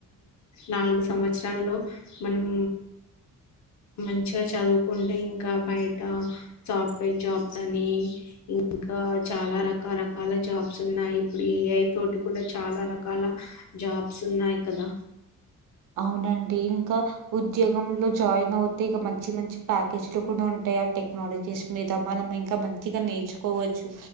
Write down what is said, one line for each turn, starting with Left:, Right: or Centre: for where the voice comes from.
Left: నాలుగు సంవత్సరాల్లో మనం మంచిగా చదువుకుంటే ఇంకా బయట సాఫ్ట్వేర్ జాబ్స్ అని ఇంకా చాలా రకరకాల జాబ్స్ ఉన్నాయి ఇప్పుడు ఏఐ తోటి కూడా చాలా రకాల జాబ్స్ ఉన్నాయి కదా
Right: అవునండి ఇంకా ఉద్యోగంలో జాయిన్ అవుతే ఇక మంచి మంచి ప్యాకేజ్లు కూడా ఉంటాయి ఆ టెక్నాలజీస్ మీద మనం ఇంకా మంచిగా నేర్చుకోవచ్చు